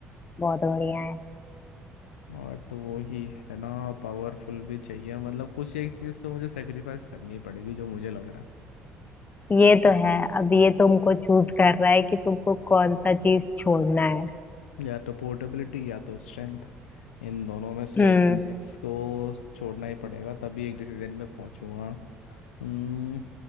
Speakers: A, on the left; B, on the left.
A: बहुत बढ़िया है
B: और तो वही है ना पावरफुल भी चाहिए मतलब कुछ एक चीज़ तो मुझे सेक्रीफाइस करनी पड़ेगी जो मुझे लग रहा
A: ये तो है अब ये तुमको चूज कर रहा है कि तुमको कौन सा चीज छोड़ना है
B: है या तो पोर्टेबिलिटी या तो स्ट्रेंथ इन दोनों में से
A: हम्म
B: एक चीज़
A: हम्म,
B: को छोड़ना ही पड़ेगा तभी एक डिसीजन पे पहुंचूंगा हम्म,